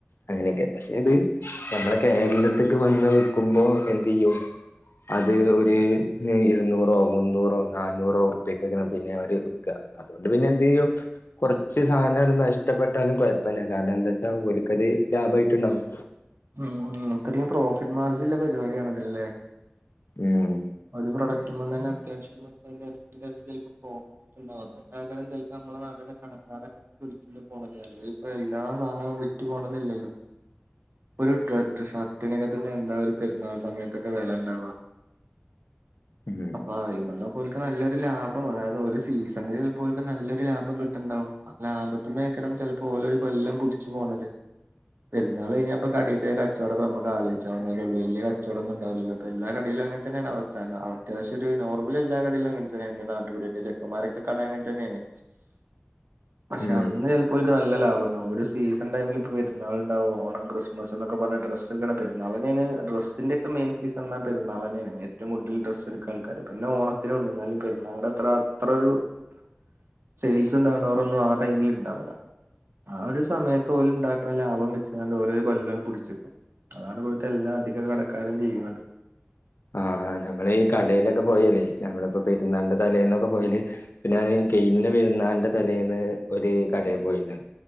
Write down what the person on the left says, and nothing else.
അങ്ങനെക്കെ പശെ ഇത് നമ്മടെ കേരളത്തിക്ക് വന്ന് വിക്കുമ്പോ എന്തയ്യും. അത് ഒരു ഇരുന്നൂറോ മുന്നൂറോ നന്നൂറോ ഉറിപ്പ്യക്ക പിന്നെ അവര് വിക്ക അതു പിന്നെ എന്ത്യ്യും കെറച്ച് സാനം നഷ്ടപ്പെട്ടാലും കൊയപ്പല്ല കാരണം എന്താ വച്ചാ ഒല്ക്കത് ലാഭമായിട്ടുണ്ടാവും
ആഹ്
ഉം
ഉം
ആഹ് ആഹ് നമ്മള് ഈ കടയിലൊക്കെ പോയാല് നമ്മളിപ്പോ പെരുന്നാളിൻ്റെ തലേണ്ടെതലേന്നൊക്കെ പോയല് പിന്ന ഞാന് കെയിഞ്ഞ പെരുന്നാളിന്റെ തലേന്ന് ഒരു കടേ പോയിന്ന്